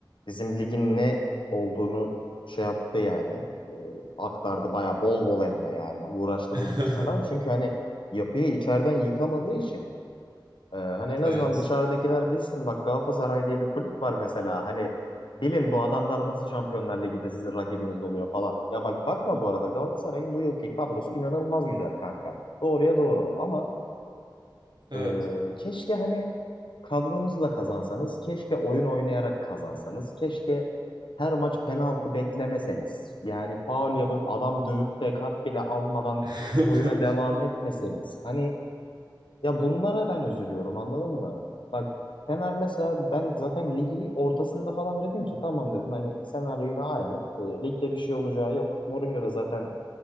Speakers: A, on the left; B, on the right.
A: bizim ligin ne olduğunu şey yaptı yani. Ee, aktardı baya bol bol hem de yani. Uğraştı
B: <laughs>
A: bunun için adam. Çünkü hani yapıyı içeriden yıkamadığı için Ee, hani en
B: Evet.
A: azından dışarıdakiler bilsin bak Galatasaray diye bir kulüp var mesela hani bilin bu adamlar nasıl Şampiyonlar Ligi'nde sizin rakibiniz oluyor falan. Ya bak bakma bu arada Galatasaray'ın bu yılki kadrosu inanılmaz güzel kanka. Doğruya doğru ama
B: Evet.
A: e, keşke hani kadronuzla kazansanız, keşke oyun oynayarak kazansanız, keşke her maç penaltı beklemeseniz. Yani faul yapıp adam dövüp de kart bile almadan
B: <laughs>
A: oyuna devam etmeseniz. Hani ya bunlara ben üzülüyorum anladın mı? Bak Fener mesela ben zaten ligi ortasında falan dedim ki tamam dedim hani senaryo yine aynı. E, ligde bir şey olacağı yok. Mourinho da zaten